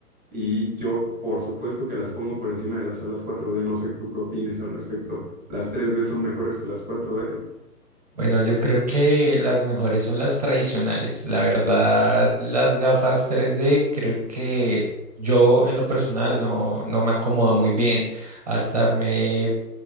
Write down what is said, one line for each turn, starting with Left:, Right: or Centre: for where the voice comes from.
Centre: y yo, por supuesto que las pongo por encima de las salas cuatro d no sé tú qué opines al respecto. Las tres d son mejores que las cuatro d
Right: Bueno, yo creo que las mejores son las tradicionales. La verdad, las gafas 3D, creo que yo en lo personal no, no me acomodo muy bien a estarme